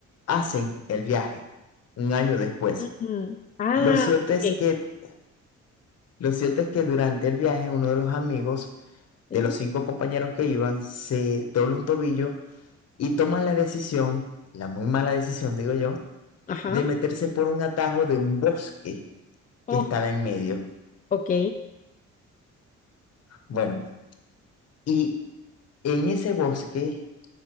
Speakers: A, on the left; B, on the left.
A: hacen el viaje un año después.
B: ujú. Ah,
A: Lo cierto es
B: ok,
A: que, lo cierto es que durante el viaje uno de los amigos
B: sí.
A: de los cinco compañeros que iban, se dobla un tobillo y toman la decisión, la muy mala decisión, digo yo,
B: Ajá.
A: de meterse por un atajo de un bosque que
B: Oh,
A: estaba en medio.
B: ok.
A: Bueno, y en ese bosque